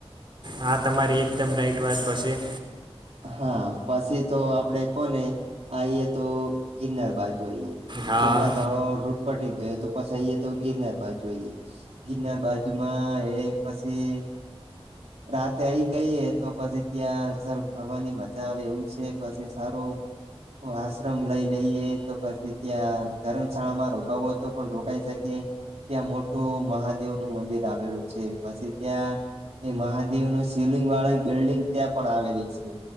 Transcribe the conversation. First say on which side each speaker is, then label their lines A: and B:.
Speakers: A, on the right; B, on the right.
A: હા તમારી એકદમ રાઈટ વાત પછી.
B: હા પછી તો આપણે કોને આઈએ તો ગિરનાર બાજુ જોઈએ.
A: હા
B: સોમનાથ વાળો રૂટ પટી ગયો તો પસી આઈએ તો ગિરનાર બાજુ આઈએ. ગિરનાર બાજુ માં એ પછી રાતે આવીઈ ગઈએ તો પછી ત્યાં સર ફરવાની મજા આવે એવું છે પછી સારું. આશ્રમ લઈ લઈએ તો પછી ત્યાં ધર્મશાળામાં રોકાવું હોય તો પણ રોકાઈ શકીએ. ત્યાં મોટું મહાદેવ નું મંદિર આવેલું છે. પછી ત્યાં તે મહાદેવ નુ શિવલીંગ વાળા બિલ્ડિંગ ત્યાં પણ આવેલી છે.